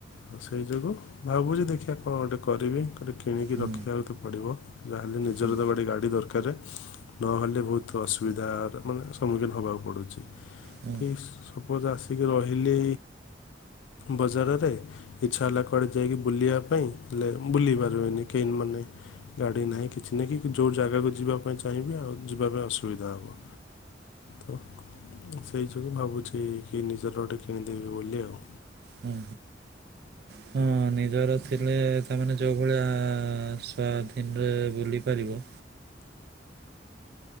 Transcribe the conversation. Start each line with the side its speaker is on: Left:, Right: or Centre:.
Left: ଆଉ ସେଇ ଯୋଗୁ ଭାବୁଚି ଦେଖିବା। ହଁ ଗୋଟେ କରିବି। ଗୋଟେ କିଣିକି
Right: ହୁଁ
Left: ରଖିବାକୁ ତ ପଡ଼ିବ। ଯାହାହେଲେ ନିଜର
Right: ହୁଁ
Left: ତ ଗଟେ ଗାଡ଼ି ଦରକାର ନହେଲେ ବହୁତ ଅସୁବିଧାର ମାନେ ସମ୍ମୁଖୀନ ହେବାକୁ ପଡ଼ୁଛି।
Right: ହୁଁ
Left: କି ସପୋଜ ଆସ ଟିକେ ରହିଲି ବଜାରରେ ଇଛା ହେଲା କୁଆଡ଼େ ଯାଇକି ବୁଲିବା ପାଇଁ ହେଲେ ବୁଲି ପାରିବେନି କେହି ମାନେ ଗାଡ଼ି ନାହିଁ କିଛି ନାହିଁ କି ଯୋଉ ଜାଗାକୁ ଯିବା ପାଇଁ ଚାହିଁବି ଆଉ ଯିବା ପାଇଁ ଅସୁବିଧା ହବ ତ ସେଇ ଯୋଗୁଁ ଭାବୁଛି କି ନିଜର ଗୋଟେ କିଣିଦେବେି ବୋଲି ଆଉ।
Right: ହୁଁ ହୁଁ ନିଜର ଥିଲେ ତାମାନେ ଯେଉଁ ଭଳିଆ ସ୍ଵାଧୀନରେ ବୁଲି ପାରିବ।